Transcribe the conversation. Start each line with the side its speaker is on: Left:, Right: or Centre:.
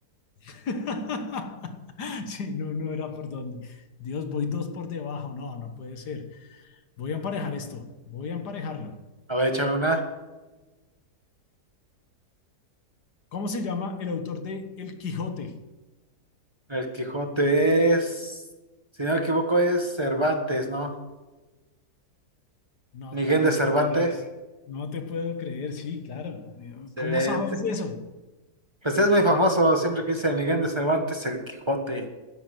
Left: <laughs> Sí, no, no era por dónde. Dios, voy dos por debajo. No, no puede ser. Voy a emparejar esto, voy a emparejarlo.
Right: A ver, échame una.
Left: ¿Cómo se llama el autor de El Quijote?
Right: El Quijote es, si no me equivoco, es Cervantes, ¿no?
Left: No
Right: Miguel
Left: te puedo
Right: de Cervantes.
Left: creer, no te puedo creer, sí, claro. Eh,
Right: Excelente.
Left: ¿Cómo sabes eso?
Right: Pues es muy famoso, siempre que dice Miguel de Cervantes, el Quijote.